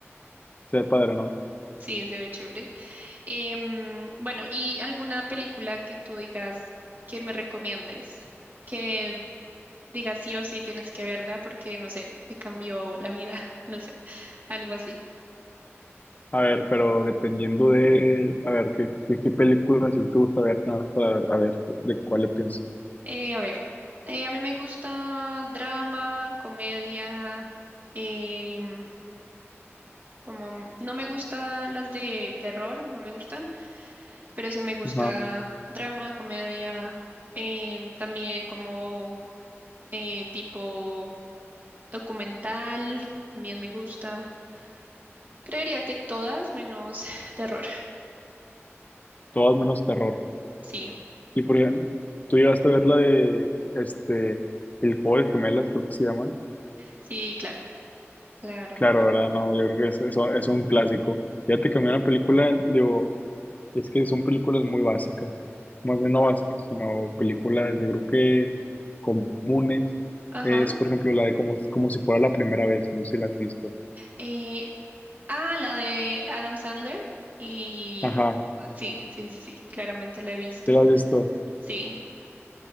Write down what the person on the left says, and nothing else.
se ve padre, ¿no?
A ver, pero dependiendo de, a ver, qué, qué, qué película si te gusta ver, nada más para a ver de cuál le pienso.
Ajá,
todas menos terror.
Y por ejemplo, tú llegaste a ver la de, este, El Juego de Gemelas, creo que se llama.
Claro, ¿verdad? No, yo creo que eso, eso es un clásico. Fíjate que a mí una película, digo, es que son películas muy básicas, más bien no básicas, sino películas, yo creo que comunes.
Es, por ejemplo, la de como, como si fuera la primera vez, no sé si la has visto.
Ajá,
¿te la has visto?